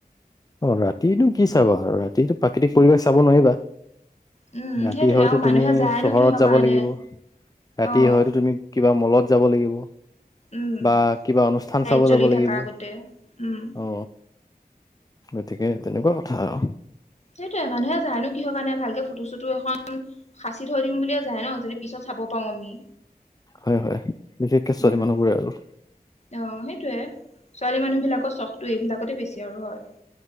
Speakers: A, on the left; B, on the left.
A: অ, ৰাতিতো কি চাবা, ৰাতিটো প্ৰাকৃতিক পৰিৱেশ চাব নোৱাৰিবা।
B: উম,
A: ৰাতি
B: সেইটোয়ে
A: হয়তো
B: আৰু
A: তুমি
B: মানুহে যায়নো
A: চহৰত
B: কিহৰ
A: যাব
B: কাৰণে
A: লাগিব, ৰাতি
B: অ',
A: হয়তো তুমি কিবা মলত যাব লাগিব
B: উম।
A: বা কিবা অনুষ্ঠান
B: লাইট
A: চাব
B: জ্বলি
A: যাব
B: থাকা
A: লাগিব।
B: গোটেই উম,
A: অ, গতিকে তেনেকুৱা কথা আৰু।
B: সেইটোয়ে মানুহে যায় নো কিহৰ কাৰণে ভালকে ফটো চুটো এখন সাঁচি থৈ দিম বুলে যায় ন। যদি পিছত চাব পাও আমি।
A: হয়-হয় বিশেষকে ছোৱালী
B: উম,
A: মানুহবোৰে আৰু।
B: অ, সেইটোয়ে, ছোৱালী মানুহ বিলাকৰ চখটো এইবিলাকতে বেছি আৰু হয়।